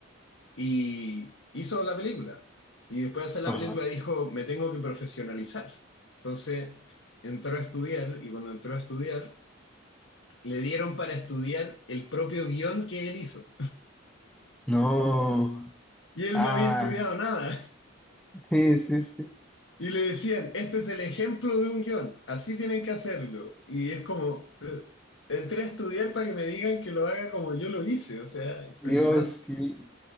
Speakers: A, on the left; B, in the centre.
A: Y hizo la película. Y después de hacer la
B: Ajá.
A: película dijo, me tengo que profesionalizar. Entonces entró a estudiar y cuando entró a estudiar, le dieron para estudiar el propio guión que él hizo.
B: No.
A: Y él
B: Ah,
A: no había estudiado nada.
B: <laughs> sí, sí, sí.
A: Y le decían, este es el ejemplo de un guión, así tienen que hacerlo. Y es como, pero entré a estudiar para que me digan que lo haga como yo lo hice. O sea, impresionante.
B: Dios, sí,